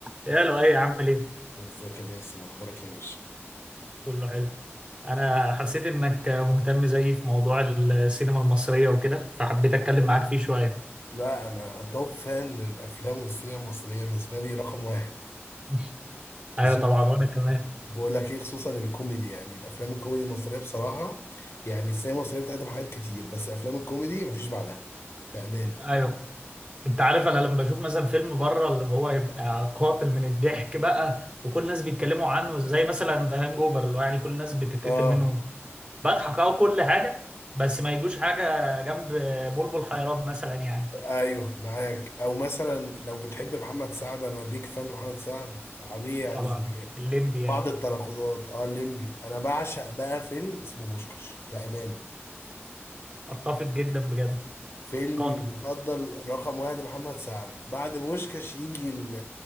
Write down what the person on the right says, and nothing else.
يا لؤي عامل ايه؟
كله حلو انا حسيت انك مهتم زيي في موضوع السينما المصرية وكده فحبيت اتكلم معاك فيه شوية
<laughs>
ايوه طبعا وانا كمان
ايوه انت عارف انا لما بشوف مثلا فيلم بره اللي هو يبقى قاتل من الضحك بقى وكل الناس بيتكلموا عنه زي مثلا ذا هانج اوفر اللي هو يعني كل الناس بتتقتل
منه بضحك او كل حاجة بس ما يجوش حاجة جنب بلبل حيران مثلا يعني
طبعا الليمبي يعني
اتفق جدا بجد
قاتل